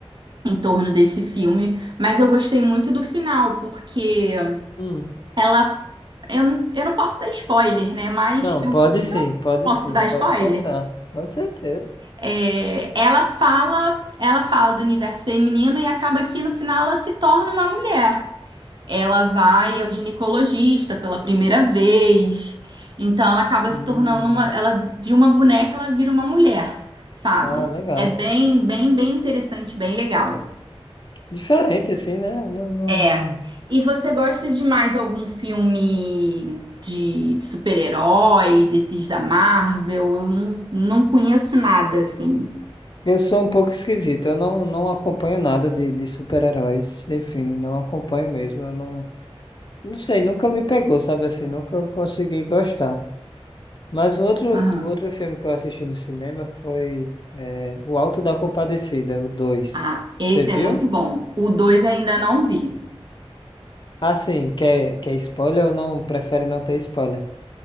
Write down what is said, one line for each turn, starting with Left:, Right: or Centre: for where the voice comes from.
Right: em torno desse filme, mas eu gostei muito do final, porque
Left: Hum.
Right: ela. Eu, não- eu não posso dar spoiler, né? Mas
Left: Não,
Right: eu,
Left: pode sim,
Right: eu
Left: pode
Right: posso
Left: sim,
Right: dar
Left: pode
Right: spoiler.
Left: contar. Com certeza.
Right: É, ela fala, ela fala do universo feminino e acaba que no final ela se torna uma mulher. Ela vai ao ginecologista pela primeira vez. Então ela acaba
Left: Hum,
Right: se tornando uma, ela de uma boneca ela vira uma mulher, sabe?
Left: ah, legal.
Right: É bem, bem, bem interessante, bem legal.
Left: Diferente, assim, né? Não, não,
Right: É.
Left: não.
Right: E você gosta de mais algum filme de super-herói, desses da Marvel? Eu não, não conheço nada assim.
Left: Eu sou um pouco esquisito. Eu não, não acompanho nada de, de super-heróis. Enfim, não acompanho mesmo. Eu não, não sei, nunca me pegou, sabe assim? Nunca consegui gostar. Mas o outro,
Right: Aham.
Left: o outro filme que eu assisti no cinema foi é, O Alto da Compadecida, o dois
Right: Ah, esse
Left: Você viu?
Right: é muito bom. O 2 ainda não vi.
Left: Assim, quer, quer spoiler ou não? Prefere não ter spoiler?